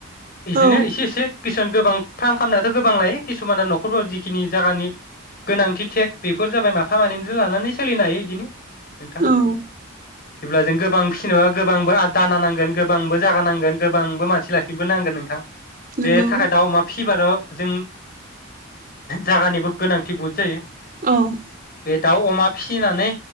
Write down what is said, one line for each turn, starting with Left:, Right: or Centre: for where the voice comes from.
Left: बिदिनो
Right: औ
Left: एसे एसे किसान गोबां फार्म खालामनायाथ गोबां लायो किसुमाना नखरफोराव जिखिनि जायगानि गोनांथि थेक बेफोर जाबाय माफा मानैनि बि लानानै सोलिनो हायो इदिनो नोंथां
Right: औ
Left: जेब्ला जों गोबां फिसिनोबा गोबांबो आ दाना नांगोन गोबांबो जागा नांगोन गोबांबो मानसि लाखिनोबो नांगोन नोंथां
Right: नंगौ
Left: बे थाखाय दाउ अमा फि सिबाल जों जागानिबो गोनांथि बहुद जायो
Right: औ
Left: बे दाउ अमा फिसिनानै